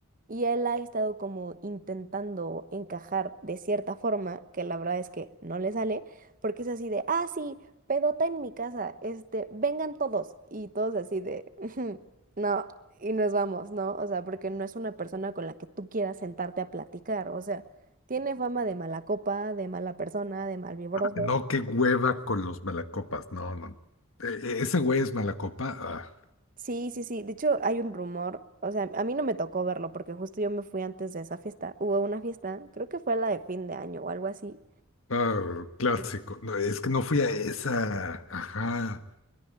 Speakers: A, on the right; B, on the left.
A: Y él ha estado como intentando encajar de cierta forma, que la verdad es que no le sale, porque es así de, ah, sí, pedota en mi casa, este, vengan todos. Y todos así de, <laughs> no, y nos vamos, ¿no? O sea, porque no es una persona con la que tú quieras sentarte a platicar, o sea, tiene fama de mala copa, de mala persona, de malvibroso.
B: No, qué hueva con los malacopas. No, no. E- e- ese güey es malacopa. Ah,
A: Sí, sí, sí. De hecho, hay un rumor, o sea, a mí no me tocó verlo porque justo yo me fui antes de esa fiesta. Hubo una fiesta, creo que fue la de fin de año o algo así,
B: ah, clásico. No, es que no fui a esa. Ajá.